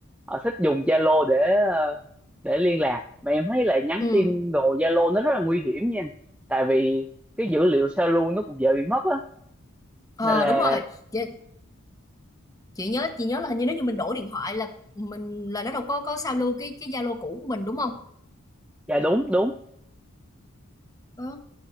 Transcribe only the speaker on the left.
ừ
ờ
đúng rồi chị, chị nhớ chị nhớ là hình như nếu như mình đổi điện thoại là mình là nó đâu có có sao lưu cái cái Zalo cũ của mình đúng không
Đó.